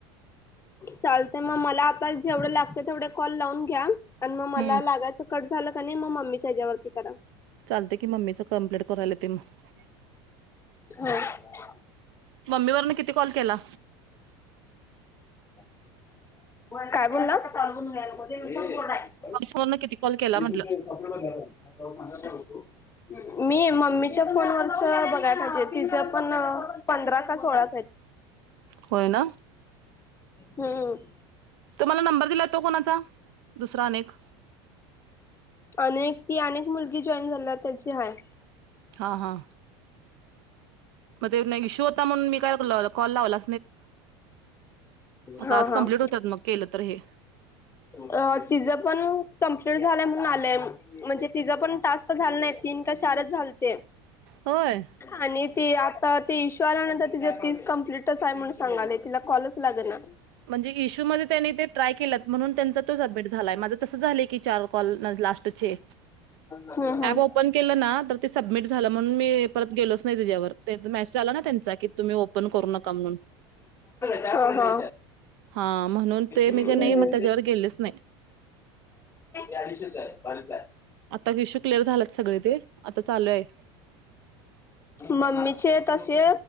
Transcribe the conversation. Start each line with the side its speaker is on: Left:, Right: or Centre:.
Left: चालते मग मला आता जेवढे लागत तेवढे कॉल लावून घ्या, आणि मग मला
Right: हम्म.
Left: लागायचं कट झालं का नाही, मग मम्मीच्या हच्यावरती करा.
Right: चालते की मम्मीच कम्प्लीट करायलाेत मग
Left: हो
Right: मम्मीवरन किती कॉल केला?
Left: काय बोलल तल बणलोसून गोय <unintelligible>
Right: फोनवरनं किती कॉल केला म्हटलं?
Left: बला झा सप झा सांगा तो <unintelligible> मी मम्मीच्या फोनवरच ब ति प पंधरा का सो <unintelligible>
Right: होय ना
Left: हम!
Right: तुम्हाला नंबर दिला तो कोणाचा दुसरा अनेक?
Left: अनेक ती अनेक मुलगी जॉईन झाला त्याची हाय.
Right: हा हा मग ते नाही शो होता म्हणून मी काय कॉल लावला आता
Left: हा
Right: आज
Left: हा-
Right: कंप्लीट होतात मग केलं तर हे
Left: अ तिझं पण कंप्लीट झालंय म्हणून आलय म्हणजे तिचा पण टास्क झाला नाही, तीन का चारच झालते
Right: होय.
Left: आणि, ते आता ते इशु आलानंतर तिचे तीस कम्प्लीटच आहे म्हून सांगालेय तिला कॉलच लागेना
Right: म्हणजे इशू मध्ये त्यांनी ट्राय केलयं म्हणून त्यांचा तो सबमिट झालाय माझं तस झालय की चार लास्टचे
Left: हम्म हम्म
Right: ओपन केलं ना सबमट झालं म्हणून मी गेलोचं नाही त्याच्या मेसेज आला ना त्यांचा की तुम्ही ओपन करू नका म्हणून
Left: हा हा
Right: हां, म्हणून ते मी
Left: ह्म्म
Right: की नाही मग त्याच्यावर गेलेच नाही.
Left: आयडीशेच आहे बाारच आहे
Right: आता विशू क्लिअर झालात सगळे ते आता चालू आहे
Left: मम्मीचे तसे